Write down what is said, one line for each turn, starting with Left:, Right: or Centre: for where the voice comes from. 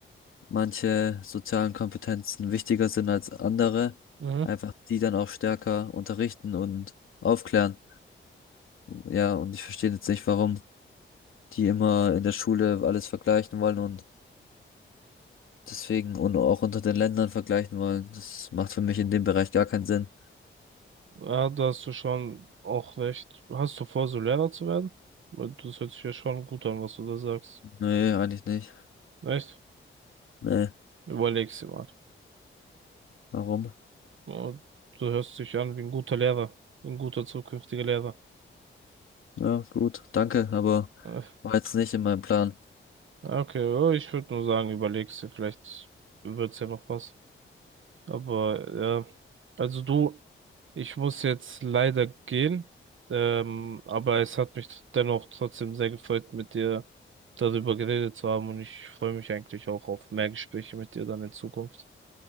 Left: manche sozialen Kompetenzen wichtiger sind als andere,
Right: Mhm.
Left: einfach die dann auch stärker unterrichten und aufklären. Ja, und ich verstehe jetzt nicht, warum die immer in der Schule alles vergleichen wollen und deswegen und auch unter den Ländern vergleichen wollen. Das macht für mich in dem Bereich gar keinen Sinn.
Right: Ja, da hast du schon auch recht. Hast du vor, so Lehrer zu werden? Weil Das hört sich ja schon gut an, was du da sagst.
Left: Nee, eigentlich nicht.
Right: Echt?
Left: Nee,
Right: Überleg's dir mal.
Left: warum?
Right: Oh, du hörst dich an wie ein guter Lehrer, ein guter zukünftiger Lehrer.
Left: Ja, gut, danke, aber
Right: Äh,
Left: war jetzt nicht in meinem Plan.
Right: ja, Okay, oh, ich würde nur sagen, überlegst dir, vielleicht wird's ja noch was. Aber ja, also du, ich muss jetzt leider gehen. Ähm, aber es hat mich dennoch trotzdem sehr gefreut, mit dir darüber geredet zu haben und ich freue mich eigentlich auch auf mehr Gespräche mit dir dann in Zukunft.